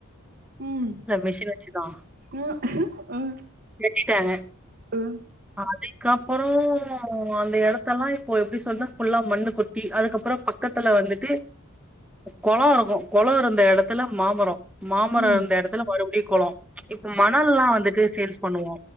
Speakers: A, on the right; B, in the centre.
A: உம்
B: இல்ல மிஷின் வச்சுதா
A: ம் ம் ம்
B: வெட்டிடாங்க
A: ம்
B: அதுக்கப்புற அந்த எடத்தல்லா இப்போ எப்டி சொன்னா ஃபுல்லா மண்ணு கொட் டி அதுக்கப்புற பக்கத்துல வந்துட்டு கொளோ இருக்கு கொளோ இருந்த எடத்துல மாமர மாமர
A: ம்
B: இருந்த எடத்துல மறுபடியு கொளோ இப்ப மணல்லா வந்துட்டு சேல்ஸ் பண்ணுவோ